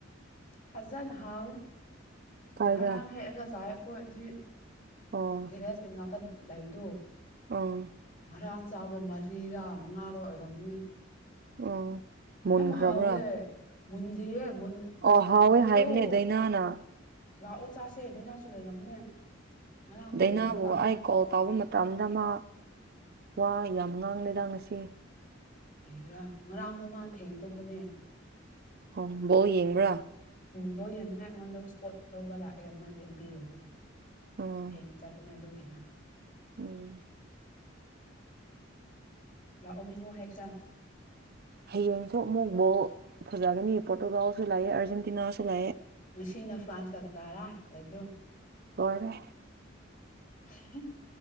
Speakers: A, on the left; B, on the right.
A: ꯐꯖꯅ ꯍꯥꯎꯋꯦ
B: ꯀꯥꯏꯗ
A: ꯉꯔꯥꯡ ꯍꯦꯛꯑꯒ ꯆꯥꯏ ꯍꯣꯏ ꯖꯤ
B: ꯑꯣ
A: ꯒꯦꯔꯦꯁ ꯇꯤꯝ ꯃꯅꯥꯛꯇ ꯂꯩꯕꯗꯣ
B: ꯑꯥ
A: ꯉꯔꯥꯡ ꯆꯥꯕꯗ ꯃꯔꯤꯔꯥ ꯃꯉꯥꯔꯣ ꯑꯣꯏꯔꯝꯅꯤ
B: ꯑꯥ ꯃꯨꯟꯈ꯭ꯔꯕ꯭ꯔꯥ
A: ꯌꯥꯝ ꯍꯥꯎꯋꯦ ꯃꯨꯟꯗꯤꯌꯦ ꯃꯨꯟ
B: ꯑꯣ ꯍꯥꯎꯋꯦ
A: ꯊꯨꯝꯕꯗꯣ
B: ꯍꯥꯏꯕꯅꯦ ꯗꯥꯏꯅꯥꯅ
A: ꯂꯥꯛꯑꯣ ꯆꯥꯁꯦ ꯗꯅꯔ꯭ꯖꯁꯨ ꯂꯩꯔꯝꯅꯦ ꯉꯔꯥꯡ ꯕꯣꯜ
B: ꯗꯥꯏꯅꯥꯕꯨ
A: ꯌꯦꯡꯕ ꯂꯥꯛꯄꯅꯦ
B: ꯑꯩ ꯀꯣꯜ ꯇꯧꯕ ꯃꯇꯝ ꯗꯃ ꯋꯥ ꯌꯥꯝ ꯉꯥꯡꯂꯦꯗ ꯉꯁꯤ
A: ꯂꯩꯒꯦꯔꯥ ꯉꯔꯥꯡꯗꯣ ꯃꯥ ꯊꯦꯡ ꯇꯨꯝꯕꯅꯦ
B: ꯑꯣ ꯕꯣꯜ ꯌꯦꯡꯕ꯭ꯔꯥ
A: ꯕꯣꯜ ꯌꯦꯡꯅꯤꯡꯉꯥꯏ ꯑꯩꯉꯣꯟꯗ ꯁꯄꯣꯠ ꯂꯧꯕ ꯂꯛ ꯃꯒꯤ ꯃꯤ ꯂꯣꯏꯔꯛꯄꯒꯤ
B: ꯑꯣ
A: ꯊꯦꯝꯅ ꯆꯥꯠ ꯇꯨꯅ ꯑꯗꯨꯝ ꯀꯩꯅ
B: ꯎꯝ
A: ꯂꯥꯛꯑꯣ ꯃꯤꯡꯉꯣ ꯍꯦꯛꯁꯦ
B: ꯍꯌꯦꯡꯁꯨ ꯃꯨꯛ ꯕꯣꯜ ꯐꯖꯒꯅꯤ ꯄꯣꯔꯇꯨꯒꯥꯜꯁꯨ ꯂꯩꯌꯦ ꯑꯥꯔꯖꯦꯟꯇꯤꯅꯥꯁꯨ ꯂꯩꯌꯦ
A: ꯁꯤꯅ ꯐ꯭ꯔꯥꯟꯁꯒ ꯀꯅꯥꯔꯥ ꯂꯩꯕꯗꯨ
B: ꯂꯣꯏꯔꯦ
A: ꯍꯥꯍꯤ